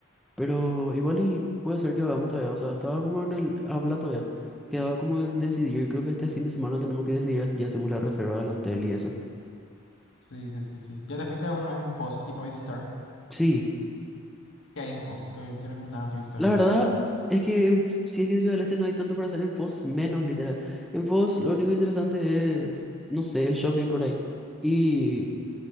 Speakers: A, in the centre; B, on the left.
A: Pero igual y puede ser que hagamos todavía. O sea, estaba como en el habla todavía. Quedaba como en decidir. Creo que este fin de semana tenemos que decidir si ya hacemos la reserva del hotel y eso.
B: sí, sí, sí, sí. ¿Ya te fuiste alguna vez en Foz, tipo a visitar?
A: Sí.
B: ¿Qué hay en Foz? ¿Qué, qué recomendabas así visitar
A: La
B: en
A: verdad
B: Foz?
A: es que en F- si es que en Ciudad del Este no hay tanto para hacer en Foz, menos literal. En Foz lo único interesante es, no sé, el shopping por ahí. Y,